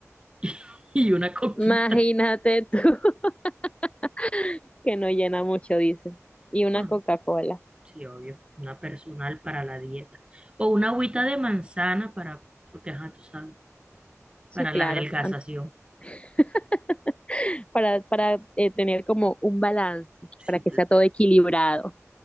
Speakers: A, on the right; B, on the left.
A: <laughs> Y una coquita.
B: Imagínate tú <laughs> que no llena mucho, dice. Y una
A: No,
B: Coca-Cola.
A: Sí, obvio, una personal para la dieta. O una agüita de manzana para, porque ajá, tú sabes,
B: Sí,
A: para
B: claro.
A: la adelgazación.
B: An- <laughs> Para, para eh, tener como un balance,
A: Sí,
B: para que
A: claro.
B: sea todo equilibrado.